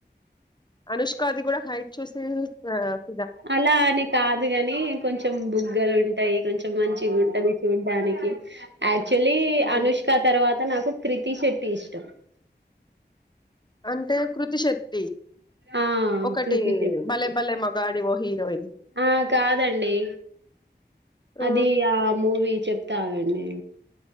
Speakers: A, on the left; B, on the right.
A: అనుష్క అది గుడా హైట్ చూసి ఇష్టమ
B: అలా అని కాదు కాని కొంచెం బుగ్గలు ఉంటాయి కొంచెం మంచిగా ఉంటది చూడ్డానికి ఆ యాక్చువలీ
A: హ్మ్.
B: అనుష్క తర్వాత నాకు హు క్రీతీ శెట్టి ఇష్టం.
A: అంటే కృతి శెట్టి
B: ఆ
A: ఒకటి
B: కృతి చెప్పుద్ది
A: భలే భలే మగాడివో హీరోయిన్
B: ఆ కాదండి
A: ఆ
B: అది ఆ మూవీ చెప్ తాగండి